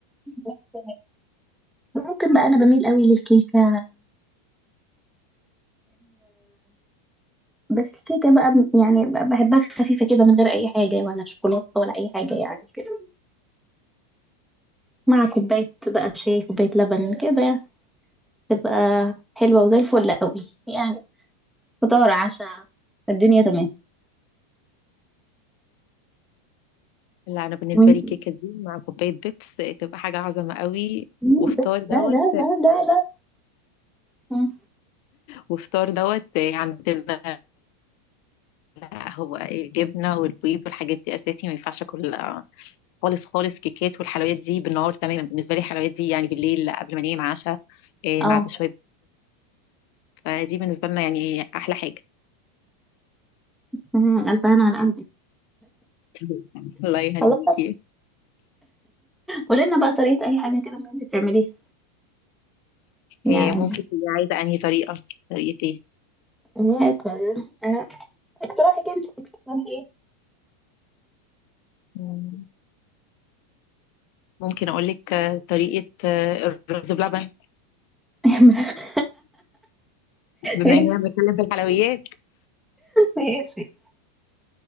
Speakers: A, in the centre; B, on the left.
A: بس ممكن بقى انا بميل قوي للكيكه بس الكيكة بقى ب- يعني ب- بحبها خفيفة كده من غير أي حاجة ولا شوكولاتة ولا أي حاجة يعني كده مع كوباية بقى شاي كوباية لبن كده يعني تبقى حلوة وزي الفل قوي يعني فطار عشاء الدنيا تمام
B: لا انا بالنسبه
A: وانتي
B: لي كيكه دي مع كوبايه بيبس تبقى حاجه عظمه قوي
A: مم،
B: وفطار
A: بس
B: دوت
A: لا لا لا لا لا مم،
B: وفطار دوت عندنا لا هو إيه، الجبنة والبيض والحاجات دي أساسي ما ينفعش أكل آه، خالص خالص كيكات والحلويات دي بالنهار تماما بالنسبة لي الحلويات دي يعني بالليل قبل ما أنام عشاء آه،
A: اه
B: مع بشوية فدي بالنسبة لنا يعني أحلى حاجة
A: مم، ألف هنا على قلبك
B: <laughs> الله يهنيكي
A: خلاص قولي بقى طريقة أي حاجة كده من اللي انتي بتعمليه يعني
B: آه، ممكن تبقي عايزة أنهي طريقة طريقة إيه؟
A: آه، كويس. آه، اقتراحك انت اقتراحي ايه
B: مم، ممكن أقول لك آه، طريقة آه، الرز بلبن
A: <laughs>
B: بما
A: ماشي
B: إننا بنتكلم في الحلويات
A: ماشي